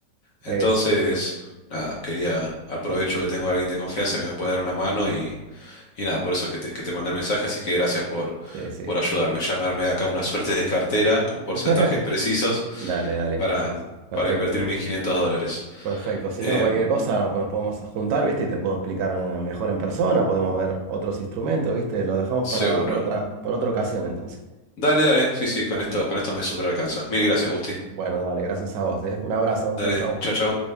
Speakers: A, on the left (about 60°); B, on the right (about 75°).
A: Entonces,
B: Es,
A: nada, quería, aprovecho
B: yo-
A: que tengo a alguien de confianza que me puede dar una mano y, y nada, por eso es que te, que te mandé el mensaje, así que gracias por,
B: sí, sí.
A: por ayudarme. Ya me armé acá una suerte de cartera con porcentajes
B: <laughs>
A: precisos
B: Dale, dale.
A: para,
B: sí, sí. Perfecto,
A: para invertir
B: entonces.
A: mis 500 dólares.
B: Perfecto, si
A: Em,
B: no, cualquier cosa no, pues nos podemos juntar, ¿viste? Y te puedo explicar eh, mejor en persona, podemos ver otros instrumentos, ¿viste? Lo dejamos
A: seguro.
B: para, para otra, para otra ocasión entonces.
A: Dale, dale. Sí, sí, con esto, con esto me super alcanza. Mil gracias, Gusti.
B: Bueno, dale, gracias a vos, ¿eh? Un abrazo,
A: Dale,
B: chau, chau.
A: chau, chau.